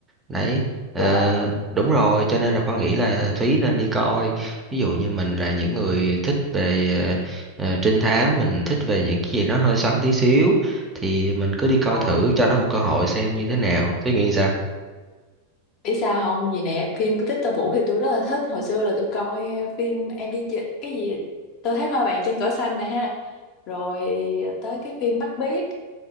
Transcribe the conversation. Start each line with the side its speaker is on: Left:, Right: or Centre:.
Right: đấy ờ,
Left: Dạ hả?
Right: đúng rồi cho nên là Khoa nghĩ là Thúy nên đi coi ví dụ như mình là những người thích về ờ, ờ, trinh thám mình thích về những cái gì nó hơi xoắn tí xíu thì mình cứ đi coi
Left: Ờ.
Right: thử cho nó một cơ hội xem như thế nào Thúy nghĩ sao
Left: Biết sao không? Vì nè, phim của Victor Vũ thì tôi rất là thích. Hồi xưa là tôi coi ờ, phim Em đi chơi, cái gì? Tôi thấy hoa vàng trên cỏ xanh nè ha. Rồi tới cái phim Bắt Biếc.